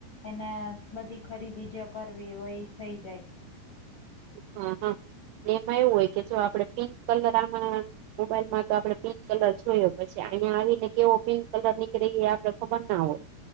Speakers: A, on the left; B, on the right.
A: એને બધી ખરીદી જે કરવી હોઈ થઈ જાય.
B: હા હા એમાં એવું હોય કે જો આપળે પિંક કલર આમાં મોબાઈલમાં તો આપળે પિંક કલર જોયો પછી ઐયા આવીને કેવો પિંક કલર નીકળે ઈ આપળે ખબર ના હોય